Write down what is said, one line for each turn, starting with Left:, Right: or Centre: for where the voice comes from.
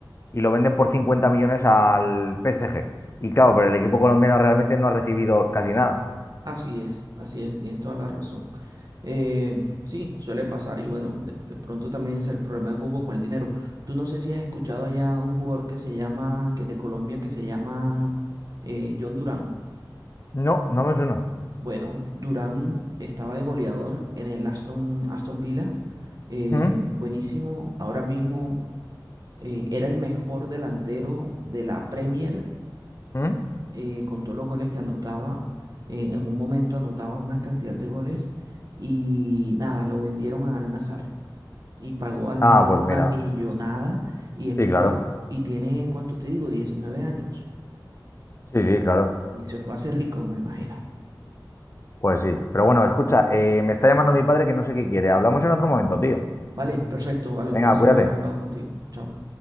Left: y lo venden por 50 millones al PSG. Y claro, pero el equipo colombiano realmente no ha recibido casi nada.
Right: Así es, así es, tienes toda la razón. Eh, sí, suele pasar y bueno, de, de pronto también es el problema del fútbol con el dinero. Tú no sé si has escuchado allá un jugador que se llama, que de Colombia, que se llama eh, John Durán.
Left: No, no me suena.
Right: Bueno, Durán estaba de goleador en el Aston, Aston Villa, eh,
Left: ¿Mm?
Right: buenísimo. Ahora mismo eh, era el mejor delantero de la Premier
Left: ¿Mm?
Right: eh, con todos los goles que anotaba. eh, en un momento anotaba una cantidad de goles y nada, lo vendieron a Al Nazar y pagó Al
Left: Ah,
Right: Nazar
Left: pues
Right: una
Left: mira,
Right: millonada y es un
Left: sí, claro.
Right: pelado. Y tiene, ¿cuánto te digo? diecinueve años.
Left: Sí, sí, claro.
Right: Y se fue a hacer rico, me imagino.
Left: Pues sí. Pero bueno, escucha, eh, me está llamando mi padre que no sé qué quiere. Hablamos en otro momento, tío.
Right: Vale, perfecto, vale,
Left: Venga,
Right: un placer
Left: cuídate.
Right: haber hablado contigo. Chao.